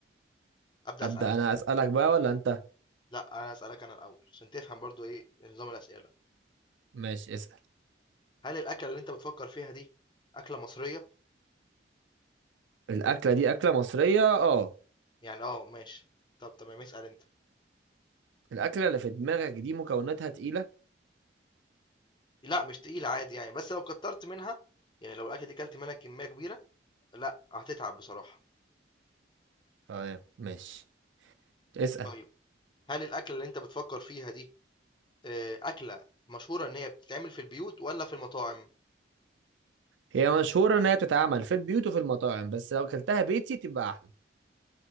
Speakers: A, on the left; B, on the right.
A: أبدأ
B: أبدأ
A: أسألك
B: أنا
A: أنا
B: أسألك بقى ولا أنت
A: لا انا اسالك انا الاول عشان تفهم برضو ايه نظام الاسئله
B: ماشي اسأل
A: هل الاكله اللي انت بتفكر فيها دي اكله مصريه
B: الأكلة دي أكلة مصرية اه
A: يعني اه ماشي طب تمام اسال انت
B: الأكلة اللي في دماغك دي مكوناتها تقيلة
A: لا مش تقيله عادي يعني بس لو كترت منها يعني لو الاكله دي كلت منها كميه كبيره لا هتتعب بصراحه
B: تمام ماشي اسأل
A: طيب هل الاكله اللي انت بتفكر فيها دي آه، اكله مشهوره ان هي بتتعمل في البيوت ولا في المطاعم
B: هي مشهورة إن هي بتتعمل في البيوت وفي المطاعم بس لو أكلتها بيتي تبقى أحلى